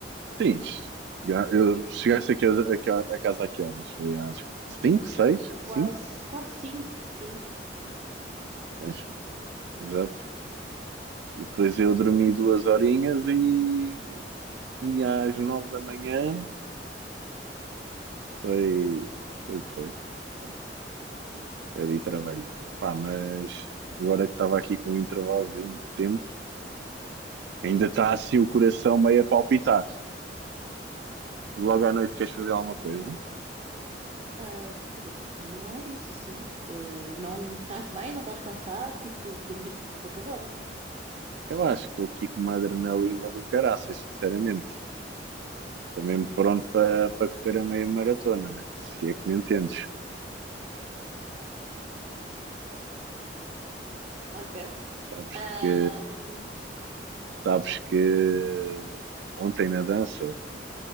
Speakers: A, on the right; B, on the right.
A: Sim, chega- eu chegaste a casa, a ca- a casa a que horas? Foi às 5, 6, cinco,
B: Quase, quase cinco, sim.
A: Pois, exato. E depois eu dormi duas horinhas e, e às nove da manhã foi, foi o que foi. Pronto, até de ir trabalhar. Pá, mas agora que estava aqui com um intervalozinho de tempo, ainda está assim o coração meio a palpitar. Logo à noite queres fazer alguma coisa?
B: Ah, podemos combinar isso, sim. Ah, não estás bem, não estás cansado, tipo, dormiste poucas horas.
A: Eu acho que estou aqui com uma adrenalina do caraças, sinceramente. Estou mesmo pronto para para correr a meia maratona, se é que me entendes.
B: Ok.
A: Sabes
B: Ah,
A: que,
B: hum,
A: sabes que ontem na dança